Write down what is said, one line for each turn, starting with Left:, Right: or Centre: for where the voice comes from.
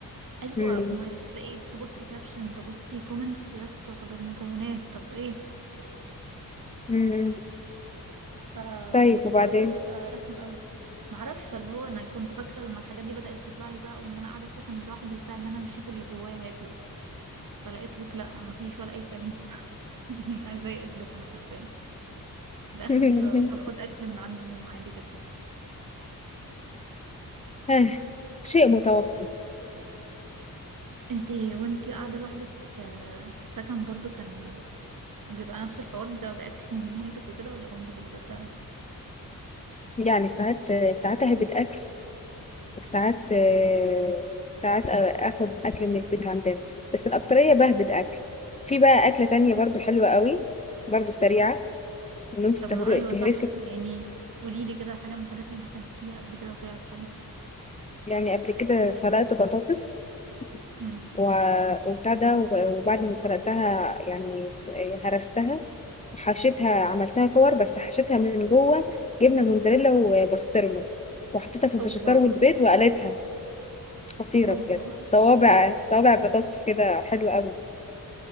Right: ايوه
Left: مم.
Right: وما تلاقي تبصي كابشن تبصي كومنتس يا اسطى طب المكونات طب ايه
Left: مم.
Right: فالحوار
Left: طيب وبعدين
Right: ده بيبقى رخم قوي معرفش فاللي هو انا كنت فاكره لما الحاجات دي بدات تطلع لي بقى وان انا قاعده في سكن لوحدي وبتاع ان انا اللي اشوف اللي جوايا هيطلع فلقيت لك لا مفيش ولا اي كلب <laughs> أنا زي قدرتها حرفيا في الاخر
Left: <laughs>
Right: باخد اكل من عند ماما عادي جدا
Left: آه، شيء متوقع
Right: انتي وانتي قاعده لوحدك آه، في السكن برضو كان بيبقى نفس الحوار بتاخدي اكل من مامتك وكده ولا كنتي بتبدعي
Left: يعني ساعات ساعات اهبط اكل وساعات آه، ساعات أ- اخد اكل من البيت عندنا بس الاكتريه بهبط اكل في بقى اكله تانية برضو حلوه قوي برضو سريعه ان انت تهر-
Right: طب ما ايوه
Left: تهرسي
Right: صح يعني قولي لي كده حاجه من الحاجات اللي هبنتيها قبل كده وطلعت حلوه
Left: يعني قبل كده سلقت بطاطس
Right: امم
Left: و- وبتاع ده و- وبعد ما سلقتها يعني س- هرستها وحشيتها عملتها كور بس حشيتها من جوه جبنة موزاريلا وبسطرمة وحطيتها في الفيجيتار
Right: اوبا
Left: والبيض وقلتها خطيرة
Right: اوبا
Left: بجد صوابع صوابع بطاطس كده حلوة قوي